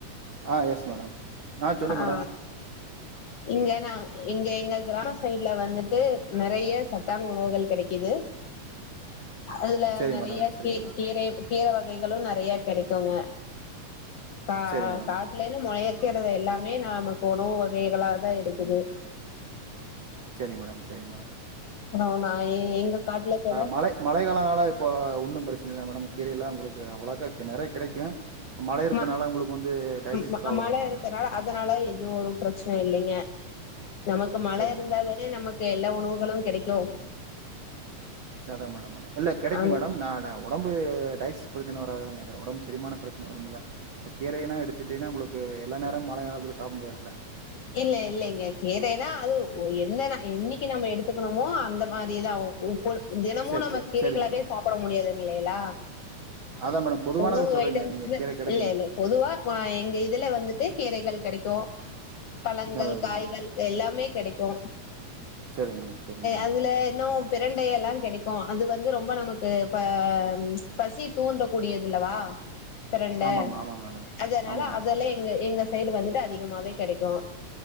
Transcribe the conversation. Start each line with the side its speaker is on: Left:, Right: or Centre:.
Right: ஆ எஸ் மேடம் சொல்லுங்க
Left: ஆ
Right: மேடம்
Left: இங்கேனா இங்க இங்க கிராமஸ் சைட்ல வந்துட்டு நெறைய சத்தான உணவுகள் கெடைக்குது அதுல
Right: சரி
Left: நெறைய
Right: மேடம் சரி
Left: கே
Right: மேடம்
Left: கீரை கீரை வகைகளு நெறைய கெடைக்குங்க கா
Right: சரி மேடம்
Left: காட்டுலன்னு முழக்கிறது எல்லாமே நாம உணவு வகைகளாதான இருக்குது
Right: சரிங் மேடம் சரிங் பாத்துருப்பாய்ங்க
Left: நா நா ஏ காட்டுல கூட
Right: மழை மழை காலனால இப்போ ஒன்னு பிரச்சனை இல்ல மேடம் கீரைையெல்லா உங்களுக்கு அவ்வளாக்கா நெறைய கெடைக்கு இப்ப மழை இருக்கனால
Left: ம
Right: உங்களுக்கு வந்து டைஜஸி
Left: ம
Right: ப்ராளம்
Left: மழ
Right: வரும்ல
Left: இருக்கனால
Right: மேடம்
Left: அதனால எதுவு ஒரு பிரச்சனை இல்லைங்க நமக்கு மழை
Right: சரி
Left: இருந்தாதான
Right: மேடம்
Left: நமக்கு இங்க எல்லா உணவுகளு கெடைக்கு
Right: சத மேடம் அத இல்ல கெடைக்கு
Left: அங்க
Right: மேடம் நாடகு ஒடம்பு டஜிஷன் பிரச்சனை வரா ஒடம்பு சரிமான பிரச்சனை வரும்ல இப்ப கீரையெலா எடுத்துட்டீங்கன்னா உங்களுக்கு எல்லா நேரம் மழை காலத்துத்துல சாப்ட முடியாதுல
Left: இல்ல இல்லலைங்க கேட்டேன்னா அது எந்த நா என்னைக்கு நம்ம எடுத்துக்கணுமோ அந்த மாரிதா உ பொ தினமு
Right: சரி
Left: நம்ம
Right: சரி
Left: கீரைகளாவே
Right: சரி மேடம்
Left: சாப்பட முடியாது இல்லையல்லா
Right: அதான் மேடம் பொதுவானது
Left: உள்ளூர்
Right: சொல்கிறீங்க
Left: ஐட்டம்ஸ்சு
Right: நீங்கள் கீரை கிடைக்கும்
Left: பொதுவா வா எங்க இதுல வந்துட்டு கீரைகள் கெடைக்கு பழங்கள்
Right: அதான்
Left: காய்கள்
Right: மேடம்
Left: எல்லாமே கெடைக்கு
Right: சரி மேடம் சரி மேடம்
Left: அதுல இன்னு பிரண்டை எல்லா கெடைக்கு அது வந்து ரொம்ப நமக்கு பா பசி தூன்டு கூடியதுல்லவா பிரண்ட
Right: ஆமாம் ஆமாம் மேடம்
Left: அதனால
Right: ஆமா மேடம்
Left: அதெல்லா
Right: ஆமா
Left: எங்க எங்க சைடு வந்துட்டு அதிகமாவே கெடைக்கு